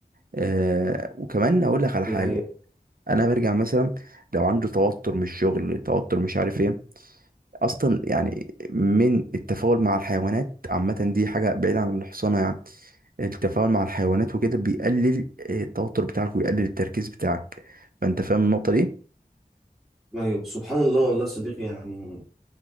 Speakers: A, on the right; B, in the centre.
A: آه وكمان اقول لك على
B: دي
A: حاجة
B: حقيقة
A: انا برجع مثلا لو عنده توتر من الشغل توتر مش عارف ايه اصلا يعني من التفاعل مع الحيوانات عامة دي حاجة بعيدة عن الحصانة يعني. التفاعل مع الحيوانات وكده بيقلل آه، التوتر بتاعك ويقلل التركيز بتاعك فانت فاهم النقطة دي
B: ايوه سبحان الله والله يا صديقي يعني